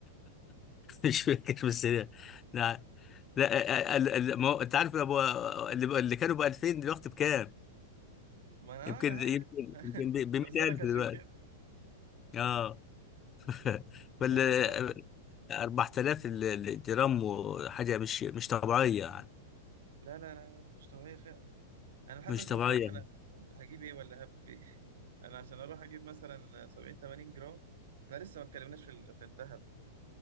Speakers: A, on the left; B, on the right.
A: مش فاكر بس لا لا لا، ال- ال- ما هو- انت عارف ابو اللي اللي كانوا ب 2000 دلوقتي بكام؟
B: ما انا
A: يمكن
B: انا عارف
A: يمكن يمكن
B: <laughs>
A: ب 100000
B: بسألك عشان
A: دلوقتي
B: كده
A: اه <laughs> ولا
B: يا نهار ابيض
A: 4000 ال- الجرام وحاجة مش مش طبيعية يعني
B: لا لا لا مش طبيعية فعلا أنا لحد
A: مش
B: دلوقتي
A: طبيعية
B: مش عارف أنا هجيب إيه ولا هبب إيه <laughs> أنا عشان أروح أجيب مثلا 70 80 جرام أنا لسه ما اتكلمناش في ال- في الذهب